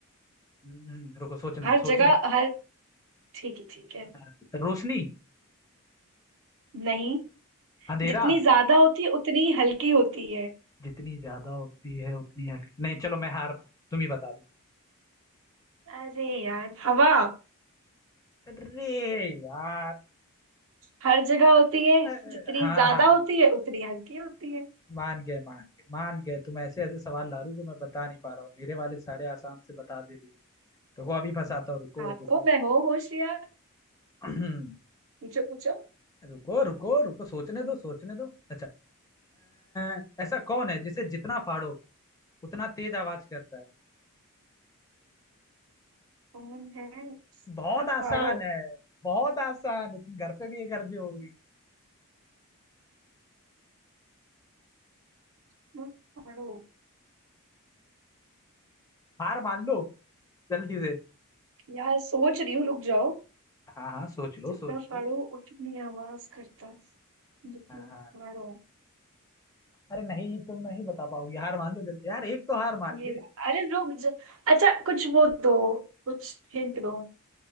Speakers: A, on the left; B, on the right.
A: हम्म, रुको सोचने
B: हर
A: दो सोचने
B: जगह
A: दो
B: हर ठीक है ठीक है
A: हाँ, रोशनी
B: नहीं
A: अंधेरा
B: जितनी ज्यादा होती है उतनी ही हल्की होती है
A: जितनी ज्यादा होती है उतनी हल्की नहीं चलो मैं हार मान तुम ही बता दो
B: अरे यार हवा
A: अरे यार
B: हर जगह
A: मान
B: होती
A: गए तुम
B: है
A: अ,
B: जितनी
A: हाँ
B: ज्यादा
A: हाँ
B: होती है उतनी हल्की होती है
A: मान गए मान गए मान गए तुम ऐसे ऐसे सवाल ला रही हो जो मैं बता नहीं पा रहा हूँ मेरे वाले सारे आसान से बता दे रही हो रुको अभी फंसाता हूँ रुको
B: हाथों
A: रुको
B: में हो होशियार
A: <clears throat>
B: पूछो पूछो
A: रुको रुको रुको सोचने दो सोचने दो अच्छा अ, ऐसा कौन है जिसे जितना फाड़ो उतना तेज आवाज करता है
B: कौन है जितना
A: बहुत आसान
B: फाड़ो
A: है बहुत आसान है तुम घर पे भी ये कर दी होगी
B: उतना फाड़ो
A: हार मान लो जल्दी से
B: यार सोच रही हूँ रुक जाओ
A: हाँ हाँ सोच लो
B: जितना
A: सोच
B: फाड़ो
A: लो
B: उतनी आवाज करता है जितना
A: हाँ हाँ
B: फाड़ो
A: अरे नहीं तुम नहीं बता पाओगे हार मान लो जल्दी यार एक तो हार मान
B: ये
A: ले
B: अरे रुक जा अच्छा कुछ वो दो कुछ हिंट दो